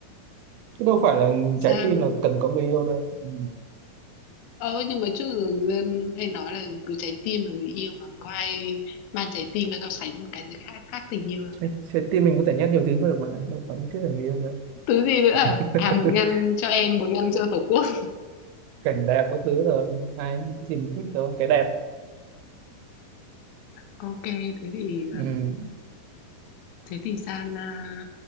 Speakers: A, on the right (about 85°); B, on the left (about 80°).
A: chứ đâu phải là trái
B: Giang.
A: tim là cần có người yêu đâu ừ.
B: Ờ nhưng mà trước giờ người dân hay nói là cứ trái tim là người yêu mà có ai mang trái tim ra so sánh một cái gì khác khác tình yêu đâu.
A: trái,
B: này.
A: trái tim mình có thể nhét nhiều thứ vào được mà đâu có nhất thiết là người yêu đâu
B: Thứ gì nữa à?
A: <laughs>
B: À một ngăn cho em, một ngăn cho Tổ quốc.
A: cảnh đẹp có thứ rồi ai cái gì mình thích thôi cái đẹp
B: Ok, thế thì
A: ừ.
B: à, thế thì Gian à,